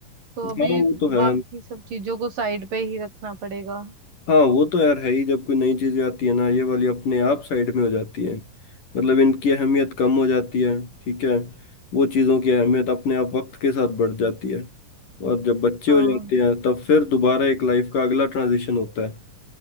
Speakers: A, on the right (about 65°); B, on the left (about 60°).
A: तो अभी
B: हाँ वो तो
A: बाकी
B: है
A: सब चीजों को साइड पे ही रखना पड़ेगा
B: हाँ वो तो यार है ही जब कोई नई चीजें आती है ना ये वाली अपने आप साइड में हो जाती है मतलब इनकी अहमियत कम हो जाती है ठीक है वो चीज़ों की अहमियत अपने आप वक्त के साथ बढ़ जाती है और जब बच्चे
A: हाँ
B: हो जाते हैं तब फिर दोबारा एक लाइफ का अगला ट्रांजिशन होता है